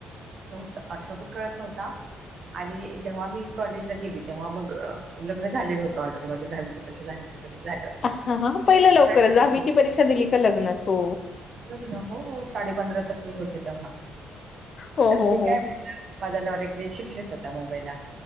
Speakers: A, on the right (about 50°); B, on the left (about 50°).
A: नव्हत अर्थ पण कळत नव्हता आणि जेव्हा मग मी कॉलेजला गेली तेव्हा मग लग्न झालेलं होतं ऑलरेडी माझी दहावीची परीक्षा झाली लग्न झालं
B: हा पहिलं लवकरच
A: मी काय सांगितली
B: दहावीची परीक्षा दिली का लग्नच हो
A: लग्न हो साडे पंधरा तर वय होते तेव्हा
B: हो
A: तर
B: हो
A: मी
B: हो
A: काय माझा नवरा तर इकडे शिक्षक होता मुंबईला